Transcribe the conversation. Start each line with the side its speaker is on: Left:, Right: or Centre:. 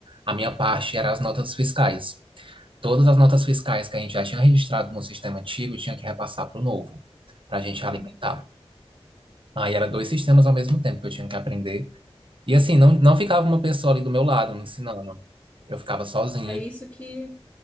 Right: a minha parte era as notas fiscais. Todas as notas fiscais que a gente já tinha registrado no sistema antigo tinha que repassar para o novo, para a gente
Left: uhum.
Right: alimentar. Aí era dois sistemas ao mesmo tempo que eu tinha que aprender. E assim, não, não ficava uma pessoa ali do meu lado me ensinando. Eu ficava sozinho.
Left: É isso que,